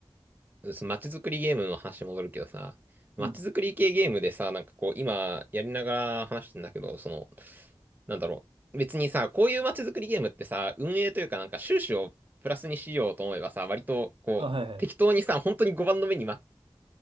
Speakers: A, on the right; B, on the right.
A: そ街づくりゲームの話戻るけどさ、街づくり系ゲームでさ、
B: うん。
A: なんかこう、今やりながら話してんだけど、その、なんだろう。別にさ、こういう街づくりゲームってさ、運営というかなんか収支をプラスにしようと思えばさ、割とこう、
B: あ、はいはい。
A: 適当にさ、本当に5番の目にま